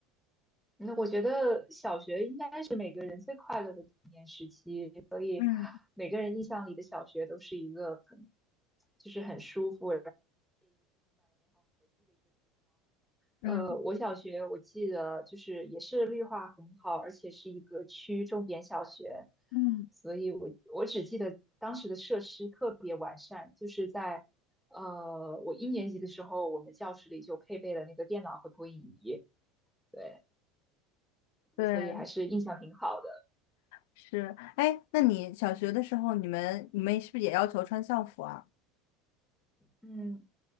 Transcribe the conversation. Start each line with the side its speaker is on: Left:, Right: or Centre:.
Centre: 那我觉得小学应该是每个人最快乐的童年时期，所以每个人印象里的小学都是一个很，
Left: 嗯
Centre: 就是很舒服。呃，
Left: 嗯。
Centre: 我小学我记得就是也是绿化很好，而且是一个区重点小学，
Left: 嗯，
Centre: 所以我我只记得当时的设施特别完善，就是在呃我一年级的时候，我们教室里就配备了那个电脑和投影仪，对，
Left: 对，
Centre: 所以还是印象挺好的。
Left: 是。哎，那你小学的时候，你们你们是不是也要求穿校服啊？
Centre: 嗯，